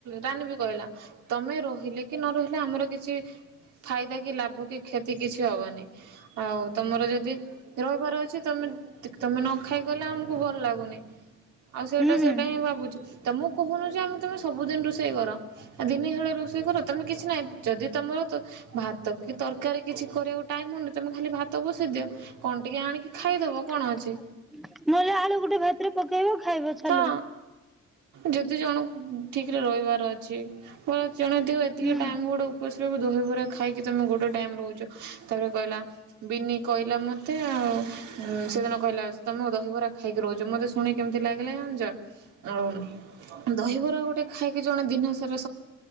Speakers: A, on the right; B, in the centre.
A: ରାନୀ ବି କହିଲା ତମେ ରହିଲେ କି ନ ରହିଲେ ଆମର କିଛି ଫାଇଦା କି ଲାଭ କି କ୍ଷତି କିଛି ହବନି ଆଉ ତମର ଯଦି ରହିବାର ଅଛି ତମେ ନ ଖାଇ ଗଲେ ଆମକୁ ଭଲ ଲାଗୁନି। ଆଉ ସେଟା
B: ହୁଁ
A: ସେଇଟା
B: ହୁଁ
A: ହିଁ ଭାବୁଛୁ ତମ କହୁନୁ ଯେ ଆମେ ତମେ ସବୁଦିନ ରୋଷେଇ କର ଆ ଦିନେ ହେଳେ ରୋଷେଇ କର ତମେ କିଛି ନାହିଁ ଯଦି ତମର ଭାତ କି ତରକାରୀ କିଛି କରିବାକୁ ଟାଇମ ହଉନି ତମେ ଖାଲି ଭାତ ବସେଇ ଦିଅ? କଣ ଟିକେ ଆଣିକି ଖାଇଦବ
B: ନହେଲେ
A: କଣ ଅଛି
B: ଆଳୁ ଗୋଟେ ଭାତରେ ପକେଇବ ଖାଇବ ଚାଲିବ
A: ହଁ ଯଦି ଜଣ ଠିକରେ ରହି <unintelligible> ଜଣେଥିବ ଏତିକି
B: ହୁଁ।
A: ଟାଇମ ଗୋଟେ ଉପ ଦହିବରା ଖାଇକି ତମେ ଗୋଟେ ଟାଇମ ରହୁଛ ତାପରେ କହିଲା ବିିନି କହିଲା ମତେ ଆ ସେଦିନ କହିଲା ତମେ ଦହିବରା ଖାଇକି ରହୁଛ ମତେ ଶୁଣି କେମତି ତି ଲାଗିଲା ଜଣିଛ ଆଉ ଦହିବରା ଗୋଟେ ଖାଇକି ଜଣେ ଦିନସାରା